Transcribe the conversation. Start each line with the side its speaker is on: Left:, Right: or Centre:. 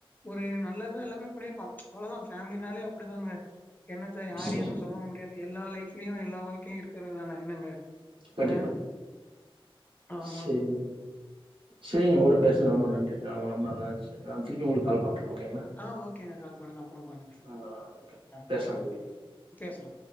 Left: ஒரு நல்லதா எல்லாமே பண்ணிருக்கோ அவ்வளதா ஃபேமிலினாலே அப்டிதாங்க என்னத்த யாரயு
Right: சரி
Left: எதுவு சொல்லவு முடியாது எல்லா லைஃப்லயு எல்லா வழ்க்கைலயு இருக்கறதுதான என்னங்க
Right: கண்டிப்பா
Left: ஆ ஆமா
Right: சேரிங்க சேரிங்க ஒங்க கூட பேசுது ரொம்ப நன்றி ரொம்ப நல்லாந்துச்சு நா திருப்பி ஒங்களுக்கு கால் பண்ற ஓகேங்களா
Left: ஆ ஓகேங்க கால் பண்ணுங்க அப்பறோ பண்ணுங்க
Right: ஆ ஓகே
Left: ஆ
Right: பேசலாங்க
Left: பேசலா